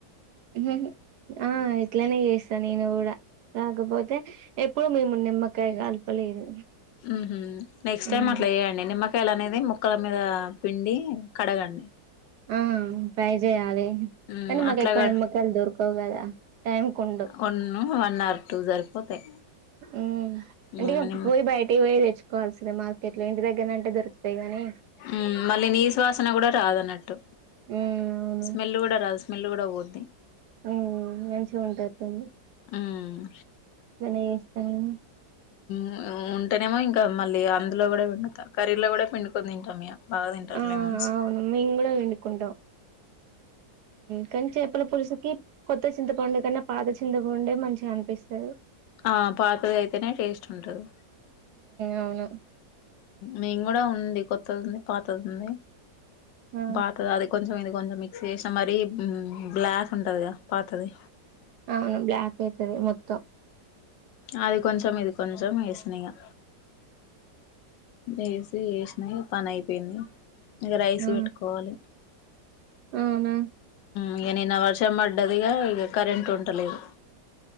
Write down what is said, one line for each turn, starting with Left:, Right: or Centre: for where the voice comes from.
Right: నేను ఆహ్ ఇట్లనే చేస్తా నేను కూడా రాకపోతే ఎప్. ఇప్పుడు మేము నిమ్మకాయ కలపలేదు.
Left: ఉహూ నెక్స్ట్
Right: ఉమ్.
Left: టైమ్ అట్లా చేయండి నిమ్మకాయలు అనేది ముక్కల మీద పిండి. కడగండి
Right: ఆహ్ ట్రై చేయాలి
Left: మ్మ్
Right: కానీ మాకు
Left: అట్లా
Right: ఎక్కువ
Left: కడు
Right: నిమ్మకాయలు దొరుకు. దొరకదు కదా టైమ్ కు ఉండావు.
Left: వన్ వన్ ఆర్ టూ సరిపోతాయి
Right: ఉమ్ అంటే
Left: మ్మ్
Right: ఇగ
Left: నిమ్
Right: పోయి బయటికి పోయి తేచ్. కావాల్సినవి మార్కెట్ లో ఇంటి దగ్గరుంటే దొరుకుతాయి కానీ.
Left: ఉమ్ మళ్ళీ నీస్ వాసన కూడా రాదు. కాదన్నట్టు
Right: ఉమ్
Left: స్మెల్ కూడా రాదు స్మెల్ కూడా పోద్ది.
Right: ఉమ్ మంచిగుండెటట్టుంది.
Left: ఉమ్.
Right: వినే చేస్తాను.
Left: ఉమ్ ఉంటేనేమో ఇంకా మళ్ళీ అందులో కూడా పిడుతాం కర్రీలో కూడా పిండుకొని తింటాం ఇగ. బాగా తింటారులే
Right: ఆ
Left: మనసు.
Right: అవును మేము కూడా పిండుకుంటాం కానీ చేపల పులుసుకి కొత్త చింతపండుకన్నా. పాత చింతపండే మంచిగానిపిస్తది.
Left: ఆ పాతది అయితేనే టేస్ట్ ఉంటది
Right: అవును
Left: మేము కూడా ఉంది కొత్తది ఉంది పాతదుంది
Right: ఆ
Left: పాతదది కొంచెం ఇ కొంచెం మిక్స్ చేసిన మరి బ్లాక్ ఉంటది కదా పాతది
Right: అవును బ్లాక్ అయితది మొత్
Left: అది కొంచం ఇది కొంచం వేసినగా వేసి వేసినావి పనయిపోయింది ఇంగ రైస్
Right: ఆ
Left: పెట్టుకోవాలి
Right: అవునా
Left: ఇంగ నిన్న వర్షం పడ్డదిగా ఇగ కరెంట్ ఉంటలేదు